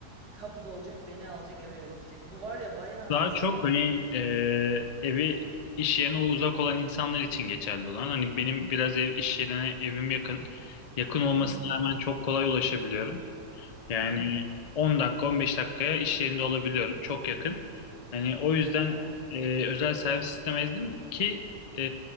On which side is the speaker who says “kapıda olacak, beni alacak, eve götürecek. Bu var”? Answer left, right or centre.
Right